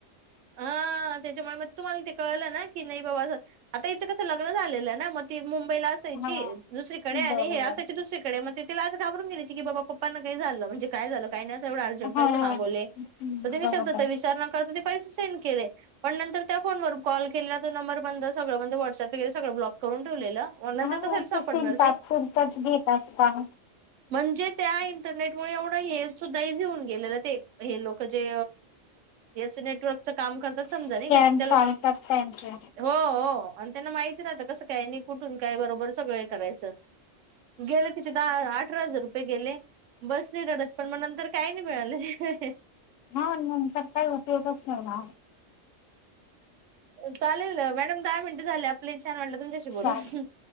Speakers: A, on the right (about 80°); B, on the left (about 85°).
A: हा त्याच्यामुळे मग तुम्हाला ते कळलं ना की नाही बाबा असं आता याचं कसं लग्न झालेलं ना मग ती मुंबईला य
B: हा
A: दुसरीकडे
B: बरोबर.
A: आणि हे असयची दुसरीकडे मग तला अस घबरून गेयची की बाबा पप्पांना काही झालं म्हणजे काय झालं काही नाही असं एवढा अर्जंट पैसे
B: हां.
A: मागवले तर त्यांनी
B: बरोबर.
A: शब्दाचा विचारणा करता ते पैसे सेंड केले पण नंतर त्या फोनवर कॉल केलेला तो नंबर बंद सगळं ब व्हॉट्सप वगैरेगळं ब्लॉक करून ठेवलेलं मग नंतर
B: हा
A: कशाला सापडणार
B: तू शिंचा
A: ते
B: खुर्तच घीेत असता
A: म्हणजे त्या इंटरनेटमुळे एवढं हे सुद्धा इझी होऊन गेलेलं ते हे लोक जे याच नेटवर्कच काम करतात समजा
B: स्कॅम
A: नाही का त्या लोक
B: चालतात त्यांचे.
A: हो हो आणि त्यांना माहिती नात कसं काय आणि कुठून काय बरोबर सगळं करायचं गेले तिचे दहा अठरा हजार रुपये गेले बस नाही रडत पण मग नंतर काय नाही मिळाले
B: हा नंतर काय होतेेतच नाही ना
A: चालेल मॅडम दहा मिनट झाले आपल्या छान वाटलं तुमच्या ब
B: चालेल.